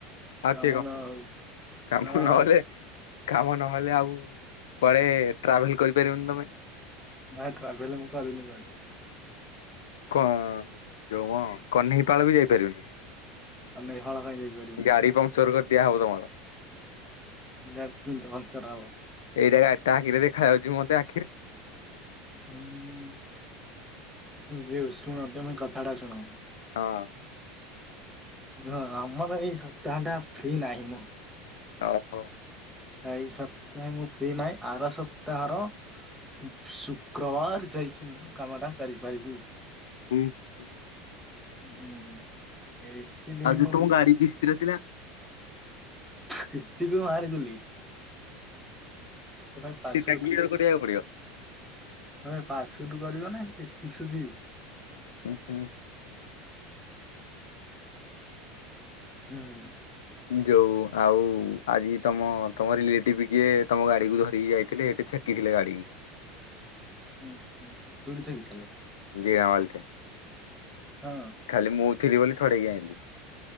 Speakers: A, on the left; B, in the centre.
A: ଆ
B: କାମ
A: କିଏ କଣ
B: ନ ହଉ
A: କାମ
B: ନ ହଉ।
A: ନହେଲେ। କାମ ନହେଲେ ଆଉ କୁଆଡ଼େ ଟ୍ରାଭେଲ୍ କରିପାରିବନି ତମେ।
B: ଭାଇ ଟ୍ରାଭେଲ ମୁଁ କରେନି କୁଆଡ଼େ।
A: କ ଯୋଉ ହଁ କହ୍ନେଇପାଳ ବି ଯାଇପାରିବନି।
B: ଆମେ ହଳ ପାଇଁ ଯାଇପାରିବୁନି।
A: ଗାଡ଼ି
B: ଗାଡି
A: ପଙ୍କଚର କରିଦିଆହବ ତମର।
B: ଗାଡି କିନ୍ତୁ ପଙ୍କଚର ହବ।
A: ଏଇଟା ଗାଡ଼ି ଟା ଇରେ ଦେଖାଯାଉଛି ମତେ ଆ
B: ହୁଁ ହୁଁ ଯେ <unintelligible> ମଧ୍ୟ ମୁଇଁ କଥା ଟା ଶୁଣୁ।
A: ହଁ।
B: ହଁ ଆମର ଏଇ ସପ୍ତାହ ଟା ଫ୍ରି ନାହିଁ ମୁଁ।
A: ଓ ହୋ।
B: ଏଇ ସପ୍ତାହେ ମୁଁ ଫ୍ରି ନାହିଁ ଆର ସପ୍ତାହର। ଉଁ ଶୁକ୍ରବାର ଯାଇକି ମୁଁ କାମ ଟା କରିପାରିବି।
A: ହୁଁ ହୁଁ।
B: ହୁଁ ଏଇଠି ନେଇ
A: ଆଉ ଯୋଉ
B: ମୁଁ।
A: ତମ
B: <inaudible>
A: ଗାଡି କିସ୍ତିର ଥିଲା
B: କିସ୍ତିକୁ ମାର ଗୁଲି। ତମେ ପାସ
A: ସେଟା
B: ଉଟୁ
A: କ୍ଲିୟର କରିବାକୁ
B: ତମେ
A: ପଡିବ।
B: ପାସ ଉ ଟୁ କରିବ ନା କିସ୍ତି ସୁଝିବି।
A: ଉଁ ହୁଁ।
B: ହୁଁ।
A: ଯୋଉ ଆଉ ଆଜି ତମ ତମ ରିଲେଟିଭ କିଏ ତମ ଗାଡିକୁୁ ଧରିକି ଯାଇଥିଲେ ଏଠି ଛେ କି ଥିଲେ ଗାଡି।
B: ହୁଁ ହୁଁ ଶୁଣିଚ କି ତାହେଲେ।
A: ଦିିଆଁ ଓଏଲ ଟେ।
B: ହଁ
A: ଖାଲି ମୁଁ ଥିଲି ବୋଲି ଛଡେଇକି ଆଇଁଲି।